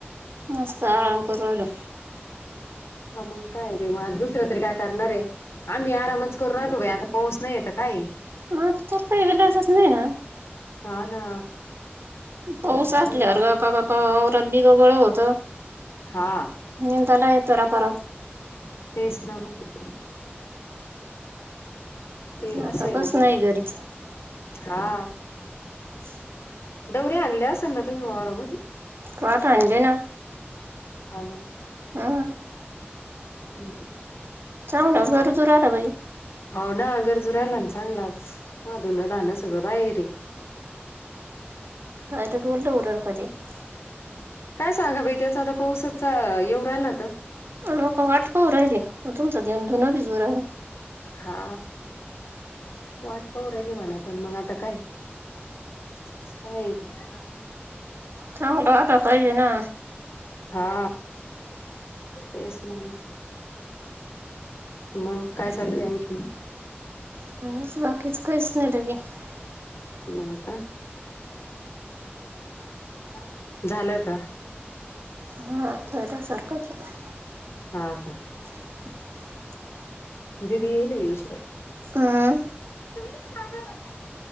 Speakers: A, on the right; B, on the left.
A: मस्त आराम करू आलो.
B: हा मग काय रे मग आज दुसरं तरी काय करणार आहे. आम्ही आरामच करू राहतो आहे बाई आता पाऊस नाही तर काय आहे.
A: हा त्याला काय विलाजच. नाही ना.
B: हा ना इलाजच
A: पाऊस असल्यावर
B: नाही मग आता
A: गपा
B: काय
A: गपा आवरात <inaudible> होतं.
B: हा
A: निंतला येतो रपारप.
B: तेच ना मग. ते असं
A: आता
B: आहे
A: बस
B: ना मग
A: नाही घरीच
B: हा.
A: <unintelligible>
B: दौऱ्या आणल्या असेल ना तुम्ही वावरामधे.
A: वात आणले ना
B: हा ना मग
A: आह
B: हम्म
A: चांगलाच गरजू <unintelligible> भाई
B: होना गरजू राहिलाच चांगलाच धून दानं सगळ बाहेरी आहे.
A: काय तर <unintelligible>
B: काय सांगा भाई त्याच आता पाऊसच येवू राहिलात.
A: लोकं वाट पाहू राहिले मग तुमचं धुणं भिजू राहिलं.
B: हा, वाट पाउ राहिली मला पण मग आता काय. <unintelligible>
A: चांगल वाटाय पाहिजे ना
B: हा तेच न्हव मग काय चालू आणखीन
A: <unintelligible> बाकीच काहीच नाही <unintelligible>
B: मला का? <inaudible> <inaudible> झालं का
A: हा तर सारखचय.
B: हा का.
A: <inaudible>
B: दीदी याय लागलीय इकड.
A: हम्म
B: तुम्ही